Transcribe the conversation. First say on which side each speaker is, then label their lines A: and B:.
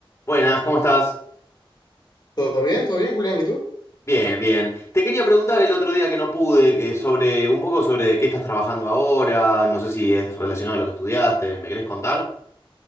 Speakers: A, on the left; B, on the left.
A: Buenas, ¿cómo estás?
B: Todo bien, todo bien, Julián. ¿Y tú?
A: Bien, bien. Te quería preguntar el otro día que no pude, eh, sobre un poco sobre qué estás trabajando ahora, no sé si es relacionado a lo que estudiaste, ¿me querés contar?